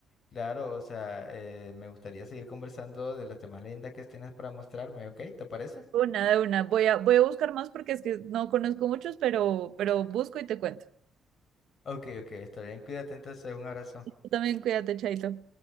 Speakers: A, on the left; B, on the right.
A: claro, o sea, eh, me gustaría seguir conversando de las demás leyendas que tienes para mostrarme, ¿ok? ¿Te parece?
B: Una de una. Voy a, voy a buscar más porque es que no conozco muchos, pero, pero busco y te cuento.
A: Ok, ok, está bien, cuídate entonces, un abrazo.
B: Tú también cuídate, Chaito.